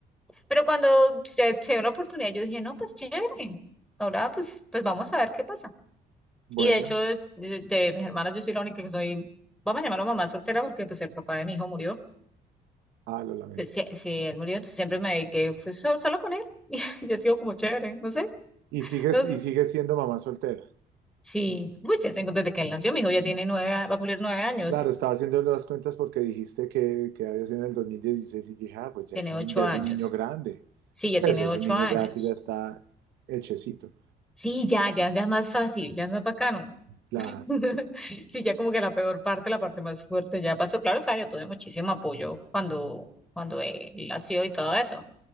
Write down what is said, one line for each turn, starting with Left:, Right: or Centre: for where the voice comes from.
Centre: Pero cuando se, se dio la oportunidad, yo dije, no, pues chévere, ahora pues, pues vamos a ver qué pasa.
Right: bueno,
Centre: Y de hecho, de, de mis hermanas, yo soy la única que soy, vamos a llamarlo mamá soltera porque pues el papá de mi hijo murió.
Right: ah, lo lamento.
Centre: Pues, Sí, sí, él murió, entonces siempre me dediqué pues, so- solo, con él <laughs> y, ha sido como chévere, no sé.
Right: ¿Y sigues,
Centre: No,
Right: y sigues siendo mamá soltera?
Centre: sí, pues ya tengo desde que él nació, mi hijo ya tiene nueve, a- va a cumplir nueve años,
Right: Claro, estaba haciendo las cuentas porque dijiste que, que había sido en el 2016 y dije, ah, pues ya
Centre: tiene
Right: es un,
Centre: ocho
Right: ya
Centre: años.
Right: es un niño grande.
Centre: Sí, ya
Right: Pues
Centre: tiene
Right: eso es
Centre: ocho
Right: un niño
Centre: años.
Right: ya que ya está hechecito.
Centre: Sí, ya, ya, ya es más fácil, ya es más bacano. <laughs>
Right: Claro.
Centre: Sí, ya como que la peor parte, la parte más fuerte ya pasó. Claro, o sea, yo tuve muchísimo apoyo cuando, cuando él nació y todo eso